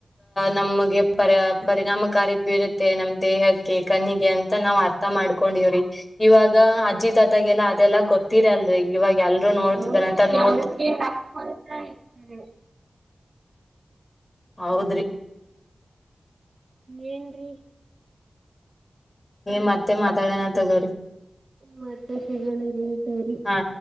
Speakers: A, on the left (about 30°); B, on the right (about 60°).
A: ನಮಗೆ ಪರಿ ಪರಿಣಾಮಕಾರಿ ಬೀರುತ್ತೆ ನಮ್ ದೇಹಕ್ಕೆ ಕನಿ ಅಂತ ನಾವ್ ಅರ್ಥ ಮಾಡ್ಕೊಂಡಿವ್ರಿ ಇವಾಗ ಅಜ್ಜಿ ತಾತಗೆೆಲ್ಲ ಅದೆಲ್ಲಾ ಗೊತ್ತಿರಲ್ರಿ ಇವಾಗ ಎಲ್ರುೂ ನೋಡ್ತಿದಾರ
B: ಹೌದ್ರಿ
A: ಅಂತ ನೋ
B: <unintelligible>
A: ಹೌದ್ರಿ
B: ಏನ್ರಿ
A: ಮತ್ತೆ ಮಾತಾಡೋಣ ತಕೋರಿ
B: ಮತ್ತೆ ಸಿಗೋಣ ಸರಿ
A: ಹಾ